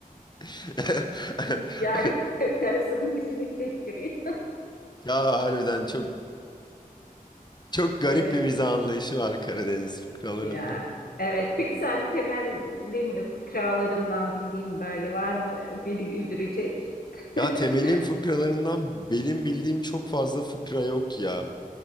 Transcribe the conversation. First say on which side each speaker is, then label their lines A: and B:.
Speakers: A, on the left; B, on the left.
A: <laughs>
B: Yani <laughs> terasının dışını çektiriyor.
A: Ya harbiden çok çok garip
B: Evet.
A: bir mizah anlayışı var Karadeniz fıkralarında.
B: Ya evet. Peki sen temelin fıkralarından bildiğin böyle var mı? Beni güldürecek.
A: Ya
B: <laughs>
A: Temel'in fıkralarından benim bildiğim çok fazla fıkra yok ya.